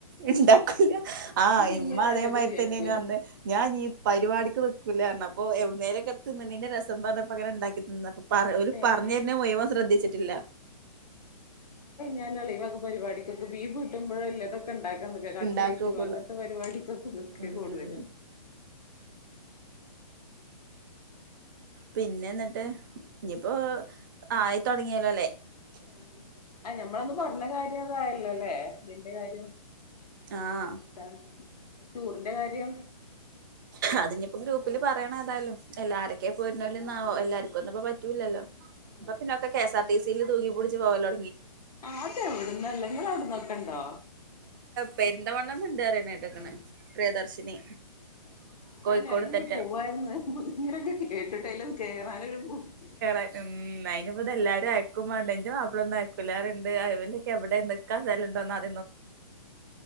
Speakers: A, on the right; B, on the left.
A: ഇണ്ടാക്കൂല ആഹ്
B: തിന്നാ
A: ഇമ്മ
B: നല്ലത്
A: അതേമാതിരി
B: വിചാരിക്കും
A: തന്നെ വന്ന് ഞാൻ ഈ പരിപാടിക്ക് നി ക്കുല പറണ് അപ്പോ എവിടുന്നേരൊക്ക തിന്നാണെന്നെ രസം പറഞ്ഞപ്പങ്ങനെണ്ടാക്കി തന്നാ പറ ഓല്
B: ഏഹ്
A: പറഞ്ഞരണേ മുയുവൻ ശ്രദ്ധിച്ചിട്ടില്ല
B: <unintelligible> ഇവക പരിപാടിക്കൊ ബീഫ്ക്കിട്ടുമ്പോഴല്ലതക്ക ണ്ടാക്കാൻ നിക്കാ കട്ട്ലേറ്റും
A: ഇണ്ടാക്കോക്കൊള്ളു
B: അങ്ങനത്തെ പരിപാടിക്കൊക്കെ നിക്ക്
A: ഉം
B: കൂടുതലും
A: പിന്നെ എന്നിട്ട് ഇനിപ്പോ ആയിത്തൊടങ്ങിയലോല്ലേ
B: ആഹ് ആ ഞമ്മളന്ന് പറഞ്ഞ കാര്യം അതായല്ലോല്ലേ ഇതിന്റെ കാര്യോം
A: ആഹ്
B: എന്താണ് ഏഹ് ടൂറിന്റെ കാര്യം
A: അതിനിപ്പോ ഗ്രൂപ്പില് പറയണ ഏതായാലും എല്ലാരൊക്കെ പോയിരുണോലും എല്ലാര് ക്കൊന്നുംപ്പാ പറ്റൂല്ലല്ലോ
B: ആഹ്
A: ഇപ്പ പിന്നെക്കെ കെ സാർ ടിസില് തൂക്കി പിടിച്ച് പോവലോ
B: ആഹ് അതെ എവിടന്നള്ളെ നിങ്ങളെ അവിടുന്നൊക്കെണ്ടോ
A: പെരുന്തവണ്ണന്നുണ്ട് പറയണാ കേട്ടേക്കണ് പ്രിയദർശിനി
B: ഉം
A: കോഴിക്കോട്ത്തറ്റം
B: എന്തായാലും അയിലൊന്ന് പോവാരുന്ന് ഇങ്ങനൊക്കെ കേട്ടിട്ടെ അയിലെന്ന് കേറാനൊരു പൂതി
A: <unintelligible> ഇനി ഇവടെ എല്ലാരും അയ്ക്കുംവേണ്ട എന്റെ മാപ്പളാ ഒന്നും അയക്കൂലാ <unintelligible> സ്ഥലഒണ്ടോ എന്നാ